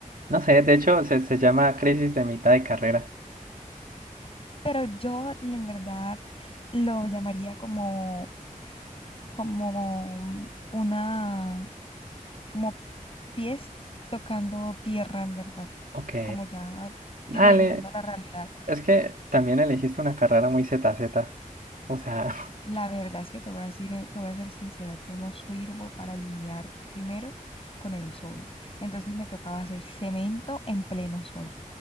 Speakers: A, on the right (about 75°); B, on the left (about 40°).
A: No sé, de hecho se, se llama crisis de mitad de carrera.
B: pero yo en verdad lo llamaría como, como una, como pies tocando tierra, en verdad,
A: Ok.
B: como ya
A: Dale.
B: y regresando a la realidad.
A: Es que también elegiste una carrera muy ZZ. O sea. <laughs>
B: La verdad es que te voy a decir, eh, te voy a ser sincera, yo no sirvo para lidiar primero con el sol. Entonces me tocaba hacer cemento en pleno sol.